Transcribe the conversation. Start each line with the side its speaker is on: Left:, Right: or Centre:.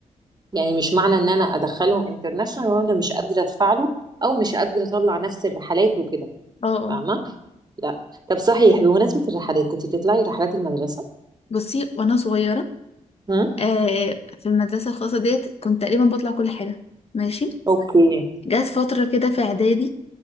Right: يعني مش معنى ان انا ادخلهم انترناشونال وانا مش قادره ادفع له او مش قادره اطلع نفس الرحلات وكده
Left: اه اه
Right: فاهمه لا طب صحيح بمناسبة الرحلات كنت بتطلعي رحلات المدرسة
Left: بصي وأنا صغيرة
Right: هم؟
Left: آه في المدرسة الخاصة ديت كنت تقريبا بطلع كل حاجة ماشي
Right: اوكي
Left: جات فترة كده في إعدادي